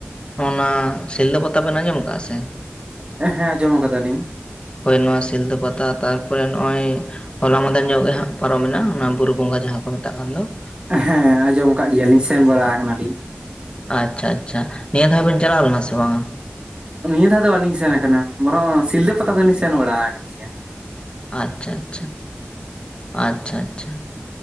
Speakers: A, on the left (about 25°); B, on the right (about 25°).
A: ᱚᱱᱟ ᱥᱤᱞᱫᱟᱹ ᱯᱟᱛᱟ ᱵᱮᱱ ᱟᱸᱡᱚᱢ ᱠᱟᱜ-ᱟ ᱥᱮ
B: ᱦᱮᱸ ᱟᱡᱚᱢ ᱠᱟᱫᱟᱞᱤᱧ
A: ᱦᱳᱭ ᱱᱚᱣᱟ ᱥᱤᱞᱫᱟᱹ ᱯᱟᱛᱟ ᱛᱟᱨᱯᱚᱨᱮ ᱱᱚᱜᱼᱚᱭ ᱦᱚᱞᱟ ᱢᱟᱸᱫᱮᱨ ᱧᱚᱜ ᱜᱮ ᱦᱟᱸᱜ ᱚᱱᱟ ᱵᱩᱨᱩ ᱵᱚᱸᱜᱟ ᱡᱟᱦᱟᱸ ᱠᱚ ᱢᱮᱛᱟᱜ ᱠᱟᱱ ᱫᱚ ᱾
B: ᱦᱮᱸ ᱟᱸᱡᱚᱢ ᱠᱟᱜ ᱜᱮᱭᱟᱞᱤᱧ ᱥᱮᱱ ᱵᱟᱲᱟ ᱟᱠᱟᱱᱟᱞᱤᱧ ᱾
A: ᱟᱪᱪᱷᱟ ᱟᱪᱪᱷᱟ, ᱱᱤᱭᱟᱹ ᱫᱷᱟᱣ ᱵᱮᱱ ᱪᱟᱞᱟᱣ ᱞᱮᱱᱟ ᱥᱮ ᱵᱟᱝᱟ?
B: ᱱᱤᱭᱟᱹ ᱫᱷᱟᱣ ᱫᱚ ᱵᱟᱞᱤᱧ ᱥᱮᱱ ᱟᱠᱟᱱᱟ ᱵᱚᱨᱚᱝ ᱥᱤᱞᱫᱟᱹ ᱯᱟᱛᱟ ᱫᱚᱞᱤᱧ ᱥᱮᱱ ᱵᱟᱲᱟ ᱟᱠᱟᱱ ᱜᱮᱭᱟ ᱾
A: ᱟᱪᱪᱷᱟ ᱟᱪᱪᱷᱟ ᱟᱪᱪᱷᱟ ᱟᱪᱪᱷᱟ ᱾